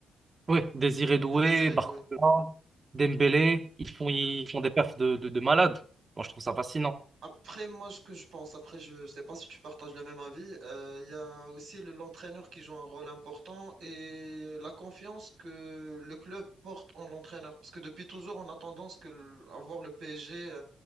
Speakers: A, on the right; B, on the right.
A: Ouais, Désiré Doué,
B: Désiré
A: Barcola,
B: Doué.
A: Dembélé, ils font,
B: Mm.
A: ils font des perfs de, de, de malades. Moi, je trouve ça fascinant.
B: Après, moi, ce que je pense, après, je sais pas si tu partages le même avis, euh, il y a aussi le- l'entraîneur qui joue un rôle important et la confiance que le club porte en l'entraîneur. Parce que depuis toujours, on a tendance que le- à voir le PSG, euh,